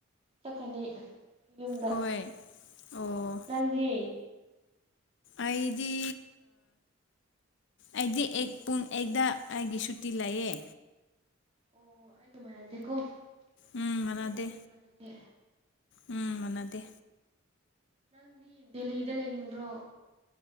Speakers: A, on the right; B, on the left.
A: ꯆꯠꯀꯅꯤ ꯌꯨꯝꯗ
B: ꯍꯣꯏ ꯑꯣ
A: ꯅꯪꯗꯤ
B: ꯑꯩꯗꯤ ꯑꯩꯗꯤ ꯄꯨꯡ ꯑꯛꯇ ꯑꯩꯒꯤ ꯁꯨꯇꯤ ꯂꯩꯑꯦ
A: ꯑꯣ ꯑꯩꯒ ꯃꯥꯟꯅꯗꯦꯀꯣ
B: ꯎꯝ
A: ꯑꯩꯈꯣꯏ
B: ꯃꯥꯟꯅꯗꯦ
A: ꯋꯥꯔꯤꯔꯤꯗꯤ ꯃꯥꯟꯅꯗꯦ
B: ꯎꯝ ꯃꯅꯥꯗꯤ
A: ꯅꯪꯗꯤ ꯗꯦꯍꯤꯗ ꯂꯩꯅꯤꯡꯕ꯭ꯔꯣ